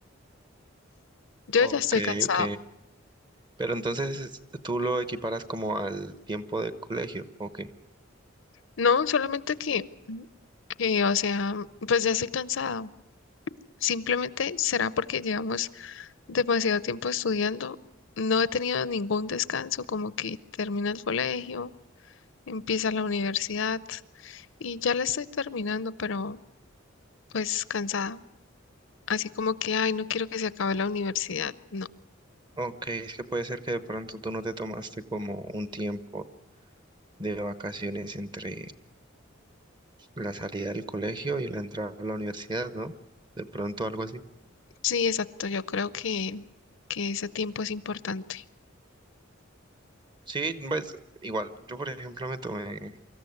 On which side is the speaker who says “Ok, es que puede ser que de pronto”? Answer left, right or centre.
Right